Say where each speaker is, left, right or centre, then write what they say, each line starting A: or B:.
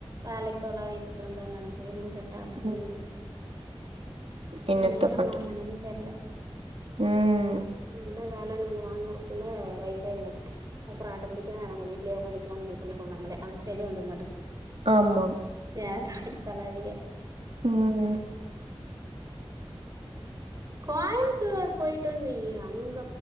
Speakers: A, on the right; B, on the right.
A: வேலைக்கு தொலாவிட்டு இருக்கிறம்பா எனக்கு எதுமே செட் ஆக மாட்டேங்குதுன்ட்டு
B: ம் என்னத்த
A: நேரமா
B: பண்றது
A: என்னனு தெர்ல
B: ம்
A: நல்ல வேல நம்ம வாங்கறதுகுள்ள வயசாய மாட்டுக்கு அப்பறோ ஆட்டோமேட்டிக்கா நம்ம வீட்லயே உக்காந்துக்கலா முடிவு பண்ணிபோ நம்மளே அந்த ஸ்டேஜே வந்துரு மாட்டுக்கு
B: ஆமா
A: ஏ தாய் தலாவியே
B: ம் ம்
A: கோயிம்த்தூர் போயிட்டோனு வை அங்க